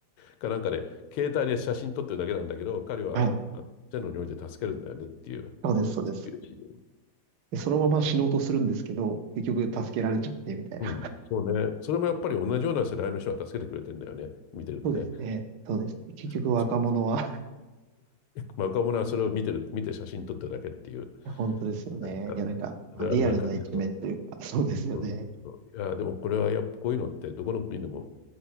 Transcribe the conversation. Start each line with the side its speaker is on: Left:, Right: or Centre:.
Left: かなんかで、携帯で写真撮ってるだけなんだけど、彼はあの線路において助けるんだよねっていう、
Right: はい。そうです、そうです。
Left: そういうシーン
Right: で、そのまま死のうとするんですけど、結局助けられちゃってみたいな。
Left: うん、そうね。それもやっぱり同じような世代の人は助けてくれてんだよね、見てるとね。
Right: そうですね。そうですね。結局若者は
Left: そう。
Right: <laughs> い
Left: まあ、若者はそれを見てる、見て写真撮ってるだけっていう。
Right: や本当ですよね。
Left: なんか、
Right: いや、なんか、
Left: あるあるな感じの。
Right: まあ、リアルな一面というか、そうですよね。
Left: そうそうそういや、でもこれはやっぱこういうのってどこの国でも